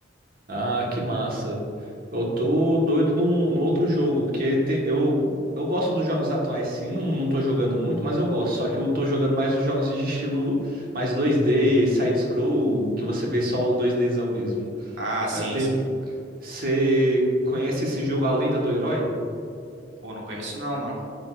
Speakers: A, on the right (about 50°); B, on the right (about 80°).
A: Ah, que massa. Eu tô doido no, no outro jogo, que tem- eu, eu gosto dos jogos atuais, sim, não, não tô jogando muito, mas eu gosto. Só que eu tô jogando mais os jogos de estilo mais dois d side-scroll, que você vê só o 2Dzão mesmo.
B: Ah, sim,
A: Aí Eu tenho.
B: sim.
A: Você conhece esse jogo A Lenda do Herói?
B: Pô, não conheço não, mano.